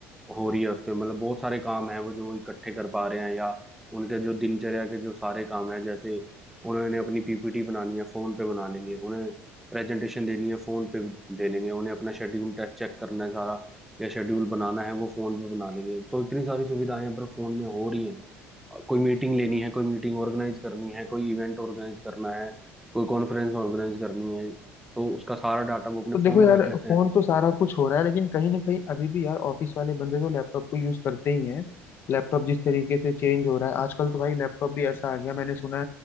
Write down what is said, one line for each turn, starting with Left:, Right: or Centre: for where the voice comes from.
Centre: हो रही है उसमें मतलब बहुत सारे काम हैं वो जो वो इकट्ठे कर पा रहे हैं या उनके जो दिनचर्या के जो सारे काम हैं जैसे उन्होंने अपनी पीपीटी बनानी है फोन पे बना लेंगे उन्हें प्रेजेंटेशन देनी है फोन पे दे लेंगे उन्हें अपना शेड्यूल चेक करना है सारा या शेड्यूल बनाना है वो फोन पे बना लेंगे तो इतनी सारी सुविधाएं पर फोन में हो रही हैं कोई मीटिंग लेनी है कोई मीटिंग ऑर्गेनाइज करनी है कोई इवेंट ऑर्गेनाइज करना है कोई कॉन्फ्रेंस ऑर्गेनाइज करनी है तो उसका सारा डाटा वो अपने
Left: तो देखो
Centre: फोन
Left: यार
Centre: में रख लेते
Left: फोन
Centre: हैं
Left: तो सारा कुछ हो रहा है लेकिन कहीं ना कहीं अभी भी यार ऑफिस वाले बंदे तो लैपटॉप को यूज करते ही हैं लैपटॉप जिस तरीके से चेंज हो रहा है आजकल तो भाई लैपटॉप भी ऐसा आ गया मैंने सुना